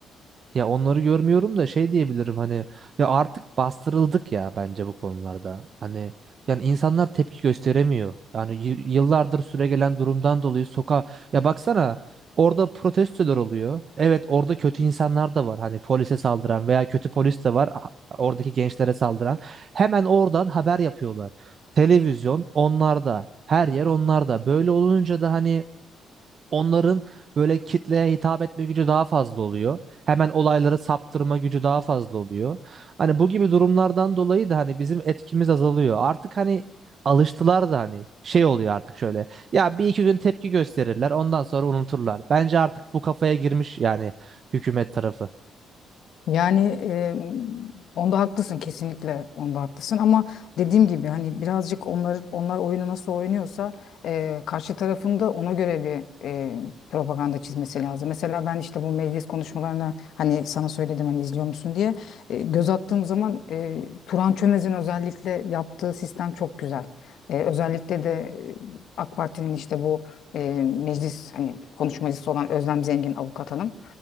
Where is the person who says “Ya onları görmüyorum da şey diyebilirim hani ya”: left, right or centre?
Right